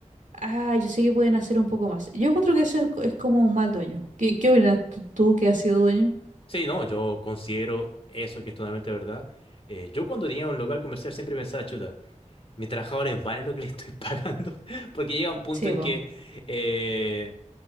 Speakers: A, on the right; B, on the left.
A: ah, yo sé que pueden hacer un poco más. Yo encuentro que eso es, co- es como un mal dueño. ¿Qué, qué opinas tú, tú que has sido dueño?
B: Sí, no, yo considero eso que es totalmente verdad. Eh, yo cuando tenía un local comercial siempre pensaba, chuta, mis trabajadores valen lo que les estoy <laughs> pagando, porque llega un punto
A: Sí,
B: en
A: vos.
B: que eh,